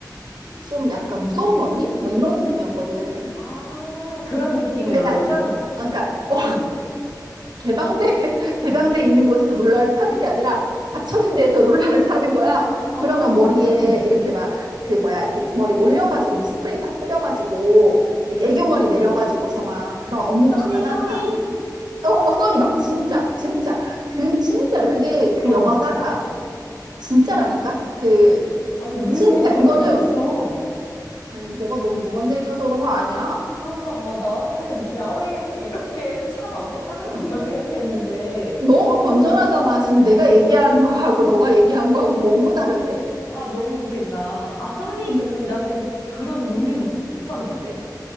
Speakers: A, on the right; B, on the left.
A: 좀 약간 무서운 언니? 막 이런 느낌이었거든.
B: 아, 그런 느낌의
A: 그러니까,
B: 롤러장?
A: 아, 그러니까, 어,
B: 응.
A: 개방돼, <laughs> 개방돼 있는 곳에서 롤러를 타는 게 아니라, 닫혀진 데에서 롤러를 타는 거야.
B: 아,
A: 그러면 머리에
B: 어.
A: 이렇게 막, 그 뭐야, 이렇게 머리 올려가지고서 스프레이 딱 뿌려가지고, 이렇게 애교머리 내려가지고서 막 그런 언니들
B: 써니,
A: 있잖아.
B: 써니!
A: 어, 막 써니 막 진짜 진짜 그 진짜로 그게 그
B: 어.
A: 영화가 진짜라니까 그
B: 아니, 우리
A: 진짜
B: 동네엔 그런
A: 그거는
B: 게 없었어.
A: 아니 너가 너무 모범생이어서 그런 거 아니야?
B: 그런가 봐. 나는 야외에서 이렇게 차 막고 타는
A: <laughs>
B: 것만 <laughs> 생각했는데.
A: 너무 건전하잖아 지금 내가 얘기한 거하고 너가 얘기한 거하고 너무 다른데?
B: 아, 너무 웃긴다. 아, 써니,
A: 근데
B: 그, 나는 그런 동네 못 봤는데.